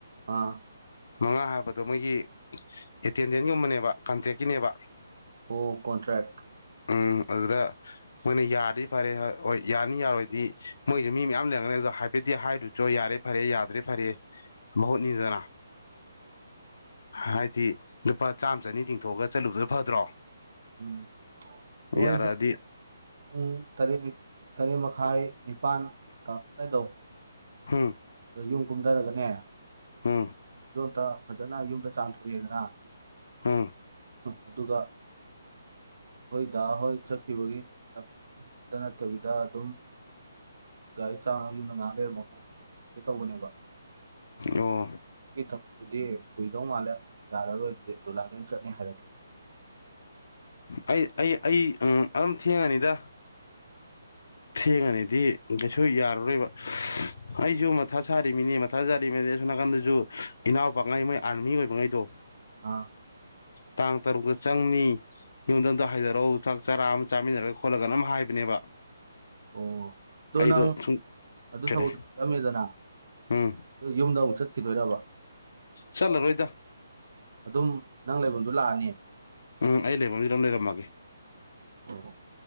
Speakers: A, on the right; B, on the left.
A: ꯑꯥ
B: ꯃꯉꯥ ꯍꯥꯏꯕꯗꯣ ꯃꯣꯏꯒꯤ ꯑꯦꯇꯦꯟꯗꯦꯟꯒꯨꯝꯕꯅꯦꯕ ꯀꯟꯇ꯭ꯔꯦꯛꯀꯤꯅꯦꯕ
A: ꯑꯣ ꯀꯣꯟꯇ꯭ꯔꯦꯛ
B: ꯎꯝ ꯑꯗꯨꯗ ꯃꯣꯏꯅ ꯌꯥꯗꯤ ꯐꯔꯦ ꯍꯣꯏ ꯌꯥꯅꯤ ꯌꯥꯔꯣꯏꯗꯤ ꯃꯣꯏꯁꯦ ꯃꯤ ꯃꯌꯥꯝ ꯂꯩꯔꯝꯒꯅꯤ ꯑꯗꯣ ꯍꯥꯏꯐꯦꯠꯇꯗꯤ ꯍꯥꯏ ꯆꯣ ꯌꯥꯔꯦ ꯐꯔꯦ ꯌꯥꯗ꯭ꯔꯦ ꯐꯔꯦ ꯃꯍꯨꯠꯅꯤꯗꯅ ꯍꯥꯏꯗꯤ ꯂꯨꯄꯥ ꯆꯥꯝꯃ ꯆꯅꯤ ꯇꯤꯡꯊꯣꯛꯑꯒ ꯆꯠꯂꯨꯕꯗꯨꯅ ꯐꯗ꯭ꯔꯣ
A: ꯎꯝ ꯍꯣꯏ
B: ꯌꯥꯔꯛꯑꯗꯤ
A: ꯑꯩꯁꯨ ꯄꯨꯡ ꯇꯔꯦꯠ ꯇꯔꯦꯠ ꯃꯈꯥꯏ ꯅꯤꯄꯥꯜ ꯇꯔꯝꯗꯥꯏꯗꯣ
B: ꯍꯝ
A: ꯑꯗ ꯌꯨꯝ ꯀꯨꯝꯊꯔꯒꯅꯦ
B: ꯎꯝ
A: ꯗꯣꯛꯇ ꯐꯖꯅ ꯌꯨꯝꯗ ꯆꯥꯝꯊꯣꯔꯛꯑꯦꯗꯅ
B: ꯎꯝ
A: ꯑꯗꯨꯒ ꯑꯩꯈꯣꯏ ꯗꯥ ꯍꯣꯏ ꯆꯠꯈꯤꯕꯒꯤ ꯗ ꯅꯠꯇꯕꯤꯗ ꯑꯗꯨꯝ ꯒꯥꯔꯤ ꯆꯥꯝꯃ ꯌꯨꯝꯗ ꯉꯥꯍꯥꯛ ꯂꯩꯔꯝꯃꯒ ꯒꯦ ꯇꯧꯕꯅꯦꯕ
B: ꯑꯣ
A: ꯒꯤ ꯊꯕꯛꯇꯨꯗꯤ ꯀꯨꯏꯗꯧ ꯃꯥꯜꯂꯦ ꯌꯥꯔꯔꯣꯏ ꯑꯗꯨꯗꯤ ꯗꯨꯏꯂꯥꯂꯦꯟ ꯆꯠꯅꯤ ꯍꯥꯏꯔꯗꯤ
B: ꯑꯩ ꯑꯩ ꯑꯩ ꯑꯝ ꯑꯗꯨꯝ ꯊꯦꯡꯉꯅꯤꯗ ꯊꯦꯡꯉꯅꯤꯗꯤ ꯀꯩꯁꯨ ꯌꯥꯔꯔꯣꯏꯕ ꯑꯩꯁꯨ ꯃꯊꯥ ꯁꯥꯔꯤꯃꯤꯅꯦ ꯃꯊꯥ ꯁꯥꯔꯤꯃꯦꯗꯤ ꯑꯁꯣꯝ ꯅꯥꯀꯟꯗꯁꯨ ꯏꯅꯥꯎꯄꯥꯉꯩ ꯃꯣꯏ ꯑꯥꯔꯃꯤ ꯑꯣꯏꯕꯉꯩꯗꯣ
A: ꯑꯥ
B: ꯇꯥꯡ ꯇꯔꯨꯛꯇ ꯆꯪꯅꯤ ꯌꯨꯝꯗ ꯑꯝꯇ ꯍꯥꯏꯊꯔꯛꯎ ꯆꯥꯛ ꯆꯔꯥ ꯑꯃ ꯆꯥꯃꯤꯟꯅꯔꯒ ꯈꯣꯠꯂꯒꯅ ꯑꯃ ꯍꯥꯏꯕꯅꯦꯕ
A: ꯑꯣ ꯑꯗꯣ
B: ꯑꯩꯗꯣ
A: ꯅꯪ
B: ꯁꯨꯝ
A: ꯑꯗꯨ
B: ꯀꯩꯅꯣ
A: ꯊꯕꯛꯇꯨ ꯆꯠꯂꯝꯃꯦꯗꯅ
B: ꯎꯝ
A: ꯑꯗꯨ ꯌꯨꯝꯗ ꯑꯃꯨꯛ ꯆꯠꯈꯤꯗꯣꯏꯔꯕ
B: ꯆꯠꯂꯔꯣꯏꯗ
A: ꯑꯗꯨꯝ ꯅꯪ ꯂꯩꯕꯝꯗꯨ ꯂꯥꯛꯑꯅꯤ
B: ꯎꯝ ꯑꯩ ꯂꯩꯐꯝꯗꯨꯗ ꯑꯗꯨꯝ ꯂꯩꯔꯝꯃꯒꯦ
A: ꯑꯣ